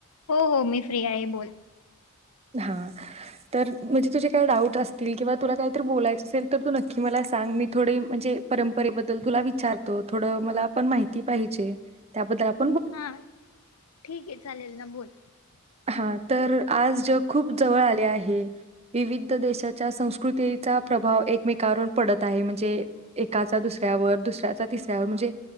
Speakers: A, on the left (about 80°); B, on the right (about 30°).
A: हो हो मी फ्री आहे बोल
B: हा तर तुझे काय टाउट असतील तुला काय बोलायच असेल तर तु मला नक्की सांग मी थोड तुला परंपरेबद्दल तुला विचारतो थोड मला पण माहिती पाहिजे त्याबद्दल आप
A: हा ठिक आहे चालेल ना बोल
B: हा तर आज जग खूप जवळ आले आहे विविध देशांच्या संस्कृतीचा प्रभाव एक मेकावर पडत आहे म्हणजे एकाचा दुसऱ्यावर दुसऱ्याचा तिसऱ्यावर म्हणजे